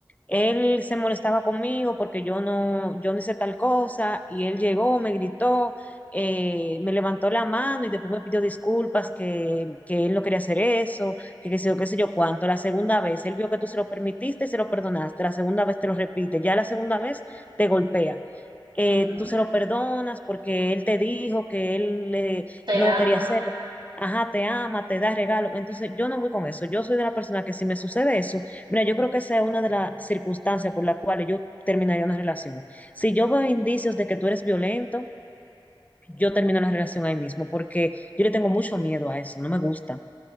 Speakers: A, on the left; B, on the right.
A: él se molestaba conmigo porque yo no, yo no hice tal cosa, y él llegó, me gritó eh, me levantó la mano y después me pidió disculpas, que, que él no quería hacer eso, que qué sé yo, qué sé yo cuánto. La segunda vez, él vio que tú se lo permitiste y se lo perdonaste. La segunda vez te lo repite, ya la segunda vez te golpea. Eh,
B: ujú.
A: tú se lo perdonas porque él te dijo que él eh,
B: ¿Te
A: no
B: ama?
A: quería hacerlo. Ajá, te ama, te da regalo. Entonces, yo no voy con eso. Yo soy de la persona que si me sucede eso, mira, yo creo que esa es una de las circunstancias por las cuales yo terminaría una relación. Si yo veo indicios de que tú eres violento, yo termino la relación ahí mismo, porque yo le tengo mucho miedo a eso, no me gusta.